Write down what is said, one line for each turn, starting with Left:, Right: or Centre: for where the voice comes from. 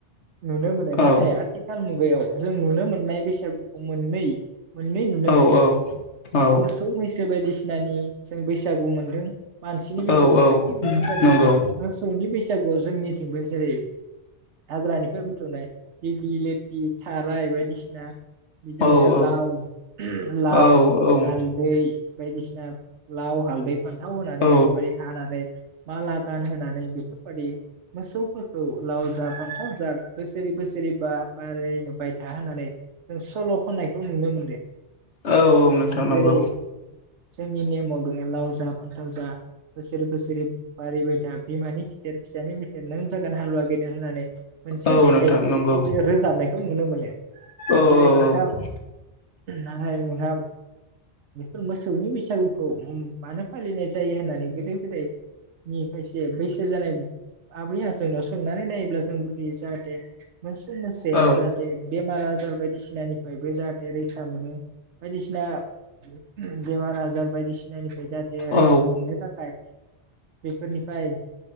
Right: नुनो मोनो नाथाय
Left: औ
Right: आथिखाल मुगायाव जों नुनो मोननाय बैसागुखौ मोननै मोननै नुनो
Left: औ
Right: मोनदो
Left: औ
Right: मोसौ मैसो बा बायदिसिनानि जों बैसागु मोन्दों मानसिनि बैसागु
Left: औ
Right: मोनबाय
Left: औ
Right: थिग बेफोरबायदिनो
Left: नंगौ
Right: मोसौनि बैसागुआव जोंनि <unintelligible> जेरै हाग्रानिफ्राय बुथुमनाय दिग्लि लिथि थाराय बायदिसिना बिदिनो
Left: औ औ
Right: लाव - लाव
Left: औ औ
Right: हालदै बायदिसिना लाव हालदै फान्थाव होनानै
Left: औ
Right: बेफोरबायदि हानानै माला गानहोनानै बेफोरबादि मोसौ फोरखौ लाव जा फान्थाव जा बोसोरै बोसोरै बा बारैबाय था होननानै जों सल खननायखौ नुनो मोनदों।
Left: औ - औ <unintelligible> नोंथां
Right: जेरै
Left: नंगौ
Right: जोंनि नेमाव दोंङो लाव जा फान्थाव जा बोसोरै बोसोरै बारिबायथा बिमानि खिथेर फिसानि खिथेर नों जागोन हालुवा गेदेर होननानै मोनसे
Left: औ
Right: मेथाइखौ
Left: नोंथां नंगौ
Right: गोदो रोजाबनायखौ नुनो मोनो नाथाय
Left: औ औ
Right: नोंथां नाथाय नोंहाम बेफोर मोसौनि बैसागु खौ मानो फालिनाय जायो होननानै गोदो गोदायनि खायसे बैसो जानाय आबै आजैनाव सोंनानै नायोब्ला जों जाहाथे मोनसे मोसाया
Left: औ
Right: जाहाथे बेमार आ जार बायदिसिनानिफ्रायबो जाहाथे रैखा मोनो। बायनिसिना बेमार आजार बायदिसिना निफ्राय जाहाथे रैखा
Left: औ
Right: मोननो थाखाय बेफोरनिफ्राय